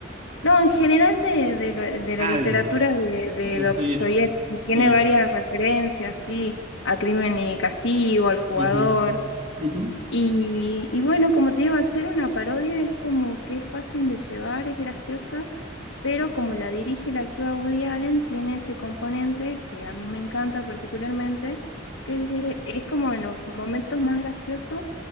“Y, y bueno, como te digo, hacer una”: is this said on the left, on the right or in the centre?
Left